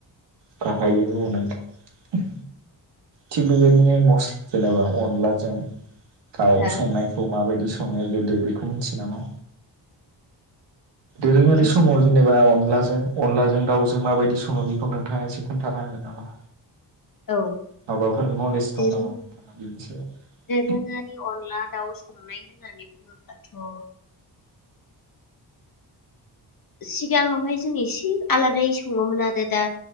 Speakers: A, on the right; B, on the left.
A: बाहायो औ नोंथां। थिग बेबायदिनो मस्ला जेनेबा अनलाजों थाव
B: हो
A: संनायखौ माबायदि संनाया गोदो बेखौ मिथियो नामा? दोरोङारि
B: खनसेबो
A: समाव जेनेबा अनला अनलाजों दावउजों माबायदि सङो बेखौ नोंथाङा एसे खोन्थानो हागोन नामा?
B: औ।
A: माबाफोर नलेज
B: दोरों
A: दं नामा नोंथाङा बेनि सायाव
B: दोरोङारि अनला दाउ संनाय होननानै बुङोब्लाथ' जोङो सिगाङावहाय जों एसे आलादायै सङोमोन आरो दा